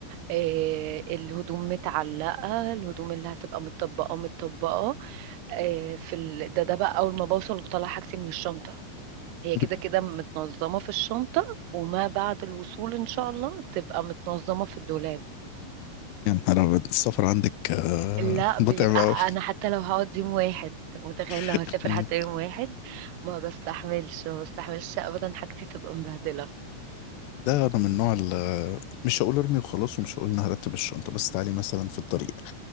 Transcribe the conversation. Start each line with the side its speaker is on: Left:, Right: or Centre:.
Right: إيه الهدوم متعلقة الهدوم اللي هتبقى متطبقة متطبقة إيه في ال... ده ده بقى أول ما بوصل بطلع حاجتي من الشنطة هي
Left: <laughs>
Right: كده كده متنظمة في الشنطة وما بعد الوصول إن شاء الله تبقى متنظمة في الدولاب
Left: يا نهار أبيض السفر عندك آه
Right: لا بيبقى
Left: متعب أوي
Right: انا حتى لو هقعد يوم واحد متخيل لو
Left: <laughs>
Right: هسافر
Left: مم.
Right: حتى يوم واحد ما بستحملش ما بستحملش ابدا حاجتي تبقى مبهدله
Left: ده أنا من النوع اللي مش هقول ارمي وخلاص ومش هقول إن هرتب الشنطة بس تعالي مثلا في الطريق